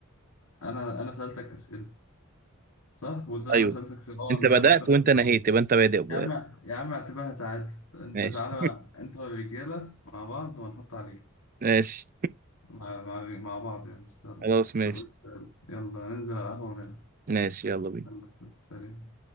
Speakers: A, on the left; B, on the right.
A: أنا أنا سألتك أسئلة صح؟ وده
B: ايوه
A: أنا سألتك أسئلة اه
B: انت
A: أنا
B: بدات
A: لاعب أكتر
B: وانت
A: منك
B: نهيت يبقى انت بادئ ب-
A: يا عم يا عم اعتبرها تعادل انت
B: ماشي
A: تعالى بقى انت والرجاله مع بعض وهنحط عليك
B: <laughs> ماشي
A: مع, مع, مع بعض يعني ان شاء الله
B: خلاص ماشي
A: طب قشطة، يلا يلا ننزل على القهوه ونلعب
B: ماشي يلا بينا
A: يلا سلام